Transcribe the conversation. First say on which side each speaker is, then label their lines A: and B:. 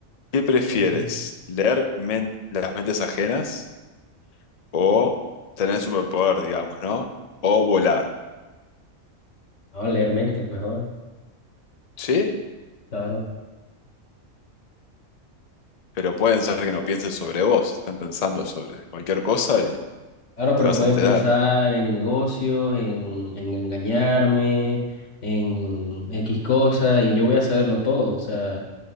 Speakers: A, on the left; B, on the left.
A: ¿Qué prefieres?
B: Vamos
A: ¿Leer men- las mentes ajenas? o tener superpoder, digamos, ¿no? O volar,
B: a leer mentes mejor,
A: ¿sí?
B: claro.
A: Pero pueden ser que no piensen sobre vos, estén pensando sobre cualquier cosa y
B: Claro,
A: te
B: pero
A: vas
B: pueden
A: a enterar.
B: pensar en negocios, en, en engañarme, en X cosa, y yo voy a saberlo todo. O sea,